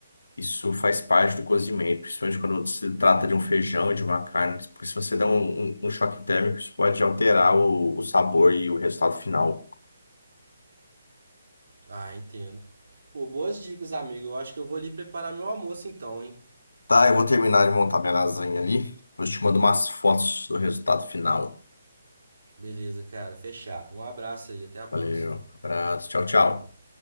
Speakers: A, on the left; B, on the right.
A: Isso faz parte do cozimento, principalmente quando se trata de um feijão e de uma carne, porque se você der um, um- um choque térmico, isso pode alterar o, o sabor e o resultado final.
B: Ah, entendo. Pô, boas dicas, amigo. Eu acho que eu vou ali preparar meu almoço então, hein?
A: Tá, eu vou terminar de montar minha lasanha ali. Eu te mando umas fotos do resultado final.
B: Beleza, cara. Fechado. Um abraço aí. Até a próxima.
A: Valeu, abraço, tchau, tchau.
B: Falou.